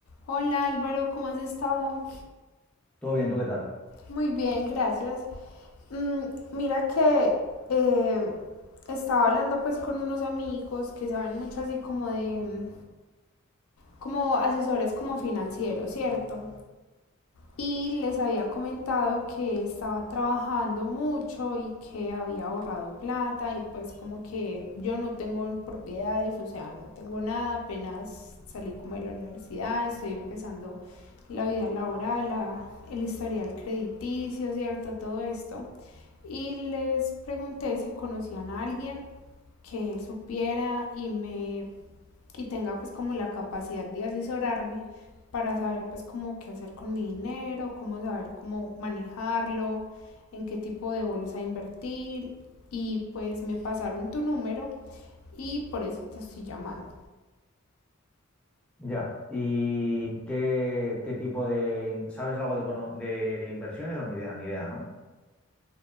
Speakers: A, on the left; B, in the centre.
A: Hola Álvaro, ¿cómo has estado?
B: Todo bien, ¿tú qué tal?
A: Muy bien, gracias. Mm, mira que eh, estaba hablando pues con unos amigos que saben mucho así como de, como asesores como financieros, ¿cierto? y les había comentado que estaba trabajando mucho y que había ahorrado plata y pues como que yo no tengo propiedades, o sea, no tengo nada, apenas salí como de la universidad, estoy empezando la vida laboral, la, el historial crediticio, ¿cierto? Todo esto. Y les pregunté si conocían a alguien que supiera y me y tenga pues como la capacidad de asesorarme para saber pues como qué hacer con mi dinero, cómo saber cómo manejarlo, en qué tipo de bolsa invertir y pues me pasaron tu número y por eso te estoy llamando.
B: Ya. ¿Y qué, qué tipo de... in- ¿Sabes algo de, econo- de inversiones o ni idea? Ni idea, ¿no?